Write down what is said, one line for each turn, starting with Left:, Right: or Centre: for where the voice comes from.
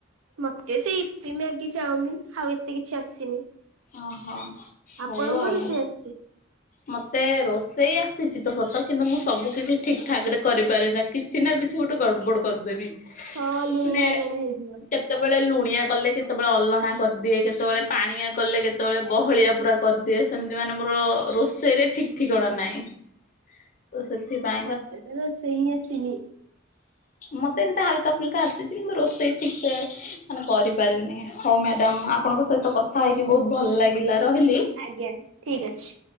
Right: ମତେ ସେଇଇି ମ୍ୟାଗି ଚାାଉମିିନ ଆଉ ଏତେ କିଛି ଆସିନି।
Left: ଓହୋ ହଉ
Right: ଆପଣଙ୍କ
Left: ଆଉ
Right: ରୋଷେଇ ଆସିଛି?
Left: ମତେ ରୋଷେଇ ଆସିଛି ତ ସତ କିନ୍ତୁ ମୁଁ ସବୁ କିଛି ଠିକ ଠାକ ରେ କରିପାରେନା। ଚିନା କିଛି ଗୋଟେ ଗଡ଼ବଡ଼ କରିଦେବି।
Right: ହଁ ଲୁଣିଆ
Left: ମାନେ
Right: ଆଲାଣା ହେଇଯିବ।
Left: କେତେବେଳେ ଲୁଣିଆ କଲେ, କେତେବେଳେ ଅଲଣା କରିଦିଏ, କେତେବେଳେ ପାଣିଆ କଲେ କେତେବେଳେ ବହଳିଆ ପୁରା କରିଦିଏ, ସେମିତି ମାନେ ମୋର ରୋଷେଇରେ ଠିକ୍ ଠିକଣା ନାହିଁ। ତ ସେଥିପାଇଁ
Right: ମତେ ତ ରୋଷେଇ ହି ଆସିିନି।
Left: ମତେ ଏମିତା ହାଲକା ଫୁଲକା ଆସିଛି, କିନ୍ତୁ ରୋଷେଇ ଠିକ ସେ, ମାନେ କରିପାରେନି। ହମ ମ୍ୟାଡ଼ାମ୍ ଆପଣଙ୍କ ସହିତ କଥା ହେଇକି ବହୁତ ଭଲ ଲାଗିଲା, ରହିଲି।
Right: ଆଜ୍ଞା, ଠିକ୍ ଅଛି।